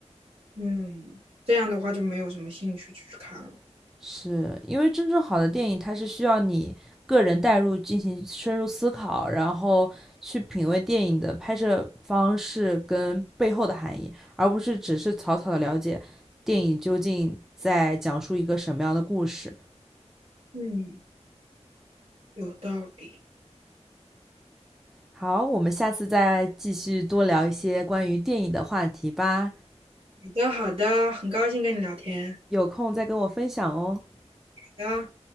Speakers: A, on the right; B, in the centre.
A: 嗯，这样的话就没有什么兴趣去看了，
B: 是因为真正好的电影，它是需要你个人带入进行深入思考，然后去品味电影的拍摄方式跟背后的含义，而不是只是草草的了解电影究竟在讲述一个什么样的故事。
A: 嗯，有道理。
B: 好，我们下次再继续多聊一些关于电影的话题吧，
A: 好的，好的，很高兴跟你聊天，
B: 有空再跟我分享哦。
A: 好的。